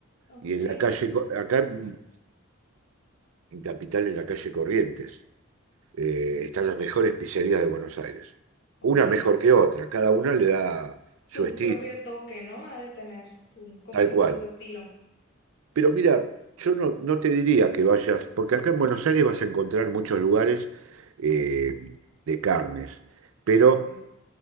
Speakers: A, on the left; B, on the right.
A: Ok,
B: Y en la calle, Co- acá en en Capital, en la calle Corrientes. eh, están las mejores pizzerías de Buenos Aires.
A: ok.
B: Una mejor que otra, cada una le da
A: Su
B: su estilo,
A: propio toque, ¿no? Ha de tener su, como
B: tal
A: dices
B: cual.
A: tú, su estilo.
B: Pero mira, yo no, no te diría que vayas, porque acá en Buenos Aires vas a encontrar muchos lugares eh, de carnes, pero
A: Ok,